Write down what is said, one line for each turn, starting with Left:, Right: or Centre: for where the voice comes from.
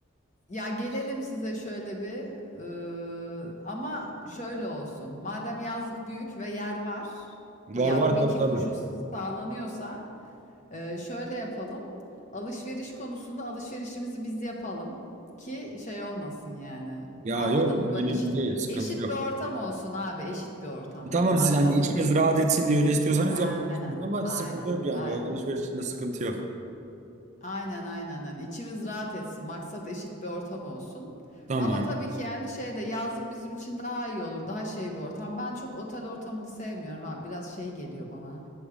Left: Ya gelelim size şöyle bir ıı, ama şöyle olsun. Madem yazlık büyük ve yer var.
Right: Var
Left: Bu ya
Right: var
Left: bu iki
Right: tabii tabii.
Left: koşul sağlanıyorsa ee, şöyle yapalım. Alışveriş konusunda alışverişimizi biz yapalım ki şey olmasın yani.
Right: Ya
Left: Anladın
Right: yok önemli
Left: mı? Böyle eşit
Right: değil sıkıntı
Left: eşit
Right: yok.
Left: bir ortam olsun abi. Eşit bir ortam hani.
Right: Tamam
Left: Maksat
Right: siz hani içiniz
Left: o değil.
Right: rahat etsin diye öyle istiyorsanız
Left: Aynen.
Right: yapabilirsiniz ama
Left: Aynen.
Right: sıkıntı yok yani
Left: Aynen.
Right: o alışverişinde
Left: Aynen.
Right: sıkıntı yok.
Left: Aynen aynen aynen. İçimiz rahat etsin. Maksat eşit bir ortam olsun.
Right: Tamam.
Left: Ama tabii ki yani şey de yazlık bizim için daha iyi olur. Daha şey bir ortam. Ben çok otel ortamını sevmiyorum abi. Biraz şey geliyor bana